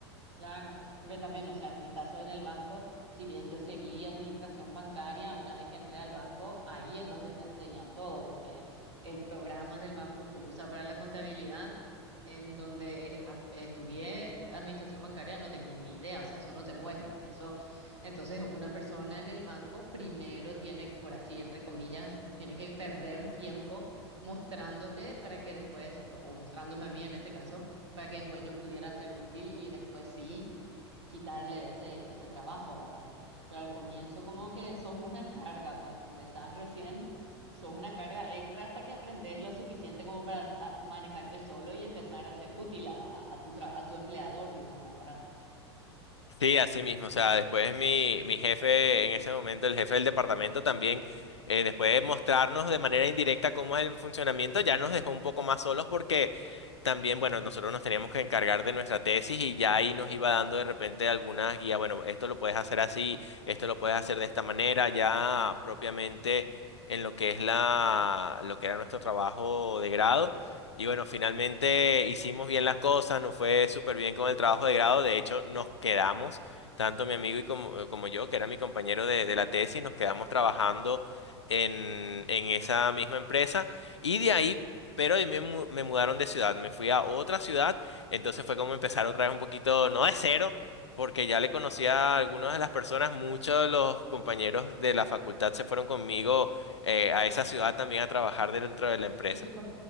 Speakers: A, on the right; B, on the left.
A: Claro, porque también, o sea, en mi caso en el banco, si bien yo seguí administración bancaria, una vez que entré al banco, ahí es donde te enseñan todo, porque el programa del banco que usa para la contabilidad, en donde es- ap- estudié administración bancaria, no tenía ni idea, o sea, eso no te muestran, eso. Entonces, una persona en el banco primero tiene, que, por así, entre comillas, tiene que perder tiempo mostrándote para que después, o sea, o mostrándome a mí en este caso para que después yo pudiera ser útil y después sí quitarle ese, ese trabajo, ¿verdad? Pero al comienzo como que sos una carga, cuando empezás recién, sos una carga extra hasta que aprendes lo suficiente como para a- manejarte solo y empezar a ser útil a, a- a tu, tra- a tu empleador, digamos, ¿verdad?
B: Sí, así mismo. O sea, después mi, mi jefe, en ese momento, el jefe del departamento también, eh, después de mostrarnos de manera indirecta cómo es el funcionamiento, ya nos dejó un poco más solos porque también, bueno, nosotros nos teníamos que encargar de nuestra tesis y ya ahí nos iba dando de repente algunas guías, bueno, esto lo puedes hacer así, esto lo puedes hacer de esta manera, ya propiamente en lo que es la, lo que era nuestro trabajo de grado. Y bueno, finalmente hicimos bien las cosas, nos fue súper bien con el trabajo de grado, de hecho nos quedamos, tanto mi amigo y como, eh, como yo, que era mi compañero de, de la tesis, nos quedamos trabajando en, en esa misma empresa. Y de ahí pero ahí me, mu- me mudaron de ciudad, me fui a otra ciudad, entonces fue como empezar otra vez un poquito, no de cero, porque ya le conocía a algunas de las personas, muchos de los compañeros de la facultad se fueron conmigo eh, a
A: Mm.
B: esa ciudad también a trabajar dentro de la empresa.
A: ¿Y tu, com-